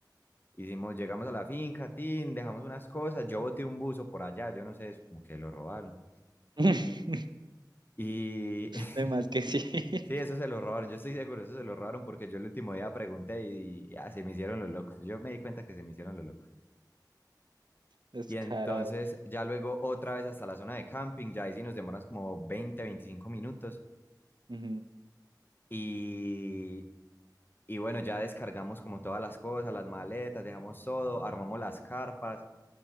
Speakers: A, on the left; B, on the right.
A: Hicimos, llegamos a la finca, tin, dejamos unas cosas, yo boté un buzo por allá, yo no sé, eso como que lo robaron.
B: <laughs>
A: Y <laughs>
B: De más que sí. <laughs>
A: sí, eso se lo robaron, yo estoy seguro, eso se lo robaron porque yo el último día pregunté y ya se me hicieron los locos. Yo me di cuenta que se me hicieron los locos.
B: Descarado.
A: Y entonces ya luego otra vez hasta la zona de camping, ya ahí sí nos demoras como 20 25 minutos.
B: Ujú,
A: Y Y bueno, ya descargamos como todas las cosas, las maletas, dejamos todo, armamos las carpas